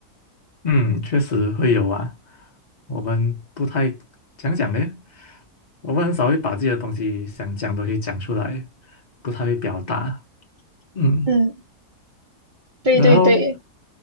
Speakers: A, on the left; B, on the right.
A: 嗯，确实会有啊。我们不太讲讲呢，我们很少会把自己的东西想讲的东西讲出来，不太会表达。嗯，
B: 嗯，对对对，
A: 然后